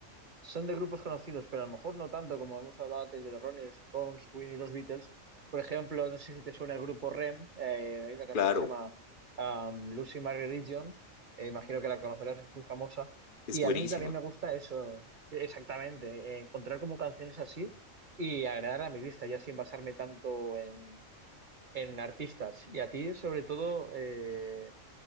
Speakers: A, on the right; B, on the left.
A: son de grupos conocidos, pero a lo mejor no tanto como hemos hablado antes de los Rolling Stones, Queen y los Beatles. Por ejemplo, no sé si te suena el grupo REM, eh, hay una canción
B: Claro,
A: que se llama um, Lucy My Religion, eh, imagino que la conocerás, es muy famosa.
B: es
A: Y
B: buenísima.
A: a mí también me gusta eso, exactamente, eh, encontrar como canciones así y agregar a mi lista, ya sin basarme tanto en, en artistas. Y a ti, sobre todo, eh,